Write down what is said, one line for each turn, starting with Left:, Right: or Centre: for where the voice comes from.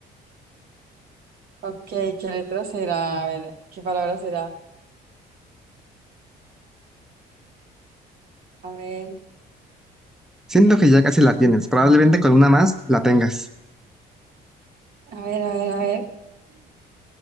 Right: ok. ¿Qué letra será? A ver, ¿qué palabra será? A ver,
Centre: Siento que ya casi la tienes. Probablemente con una más la tengas.
Right: a ver, a ver, a ver.